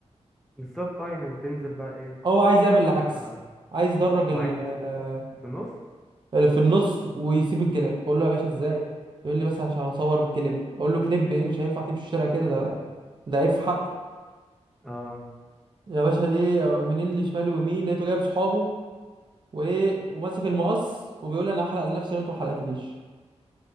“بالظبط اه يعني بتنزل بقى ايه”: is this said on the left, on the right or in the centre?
Centre